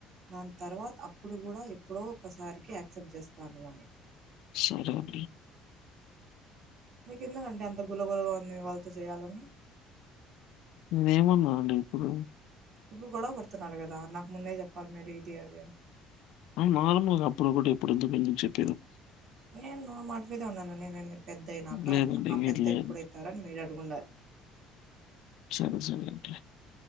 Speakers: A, on the right (about 50°); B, on the left (about 75°).
A: దాని తర్వాత అప్పుడు కూడా ఎప్పుడో ఒకసారికి యాక్సెప్ట్ చేస్తాము అని
B: సరే అండి
A: మీకు ఎందుకండి అంత గుల గులగ ఉంది వాళ్ళతో చేయాలని
B: నేమోన అండి ఇప్పుడు
A: ఇప్పుడు గొడవ పడుతున్నారు కదా నాకు ముందే చెప్పాలి మీరు ఇది అది అని
B: అవు నార్మల్గ అప్పుడ ఒకటి ఇప్పుడు ఎందుక చెప్ప
A: నేను నా మాట మీద ఉన్నాను నేనేే మీరు పెద్ద అయినాక
B: లేదండి.
A: అన్నా ఆ
B: లేదు
A: పెద్ద
B: లేదు.
A: ఎప్పుడైతార అని మీరు అడుగుండాలి
B: సరే సరే ఒకే